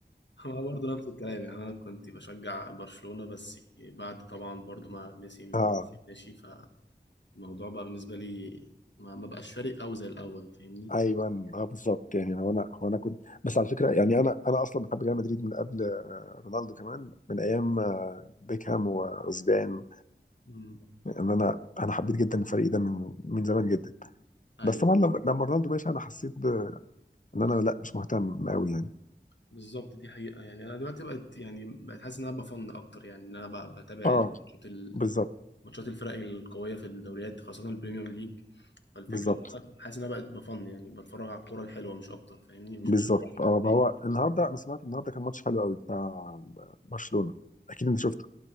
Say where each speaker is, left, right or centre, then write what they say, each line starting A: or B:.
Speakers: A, on the left; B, on the left.
A: هو برضه نفس الكلام يعني انا كنت بشجع برشلونة بس بعد طبعا برضه ما ميسي ميسي
B: اه
A: ماشي فالموضوع بقى بالنسبة لي ما ما بقاش فارق قوي زي الاول فاهمني
B: ايوه اه بالظبط يعني هو انا هو انا كنت بس على فكره يعني انا انا اصلا بحب ريال مدريد من قبل آه، رونالدو كمان من ايام آه، بيكهام وزيدان
A: مم.
B: ان انا انا حبيت جدا الفريق ده من من زمان جدا
A: ايوه
B: بس طبعا لما لما رونالدو مشي انا حسيت ان انا لا مش مهتم قوي يعني
A: بالظبط دي حقيقة يعني انا دلوقتي بقت يعني بقت حاسس ان انا بفن اكتر يعني ان انا بقى بتابع
B: اه
A: الماتشات ال-
B: بالظبط
A: ماتشات الفرق القوية في الدوريات خاصة البريميوم ليج فالفكرة
B: بالظبط
A: إن انا حاسس ان انا بقت بفن يعني بتفرج على الكورة الحلوة مش اكتر فاهمني مش
B: بالظبط
A: بشجع
B: اه ما
A: فريق
B: هو النهارده انا سمعت النهارده كان ماتش حلو قوي بتاع برشلونه اكيد انت شفته